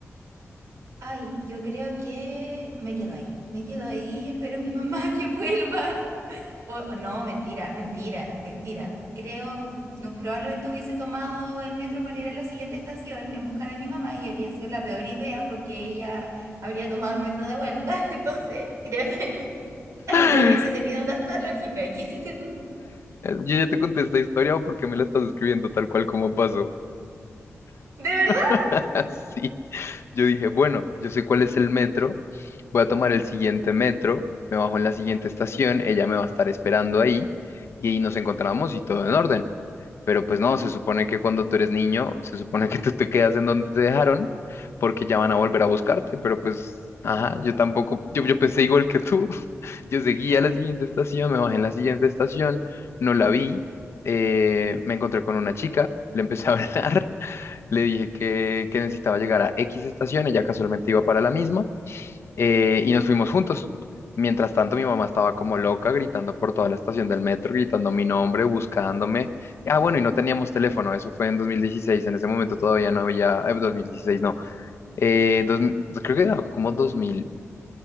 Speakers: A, on the right; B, on the left.
A: Ay, yo creo que me quedo ahí. Me quedo ahí y espero a mi mamá <laughs> que vuelva. O- o no, mentira, mentira, mentira. Creo, no, probablemente hubiese tomado el metro para ir a la siguiente estación en busca de mi mamá y habría sido la peor idea porque ella habría tomado el metro de vuelta. <laughs> Entonces, creo que <laughs>
B: <laughs>
A: no hubiese tenido tanta lógica. ¿Y qué hiciste tú?
B: Yo ya te conté esta historia o porque me la estás escribiendo tal cual como pasó.
A: ¿De verdad?
B: <laughs> Sí, yo dije, bueno, yo sé cuál es el metro, voy a tomar el siguiente metro, me bajo en la siguiente estación, ella me va a estar esperando ahí y ahí nos encontramos y todo en orden. Pero pues no, se supone que cuando tú eres niño, se supone que tú te quedas en donde te dejaron porque ya van a volver a buscarte, pero pues, ajá, yo tampoco, yo, yo pensé igual que tú, <laughs> yo seguí a la siguiente estación, me bajé en la siguiente estación, no la vi, eh, me encontré con una chica, le empecé a hablar le dije que, que necesitaba llegar a X estación, ella casualmente iba para la misma, eh, y nos fuimos juntos. Mientras tanto, mi mamá estaba como loca, gritando por toda la estación del metro, gritando mi nombre, buscándome. Ah, bueno, y no teníamos teléfono, eso fue en 2016, en ese momento todavía no había, eh, 2016 no, eh, dos- creo que era como 2015